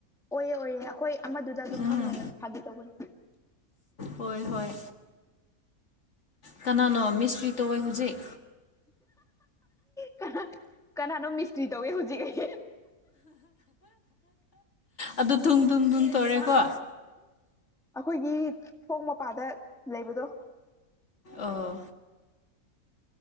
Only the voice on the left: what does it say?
ꯎꯝ
ꯍꯣꯏ ꯍꯣꯏ ꯀꯅꯥꯅꯣ ꯃꯤꯁꯇ꯭ꯔꯤ ꯇꯧꯋꯦ ꯍꯧꯖꯤꯛ
ꯑꯗꯨ ꯊꯨꯝ ꯊꯨꯝ ꯊꯨꯝ ꯇꯧꯔꯦꯀꯣ
ꯑꯥ